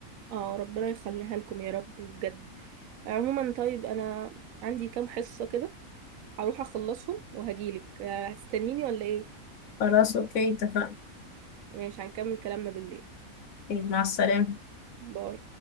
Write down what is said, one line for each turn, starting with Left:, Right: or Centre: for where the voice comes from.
Right: اه ربنا يخليها لكم يا رب بجد عموما طيب انا عندي كام حصة كده هروح اخلصهم وهجيلك آه، هتستنيني ولا ايه
Left: خلاص أوكي اتفقنا
Right: ماشي هنكمل كلامنا بالليل
Left: طيب، مع السلامة
Right: باي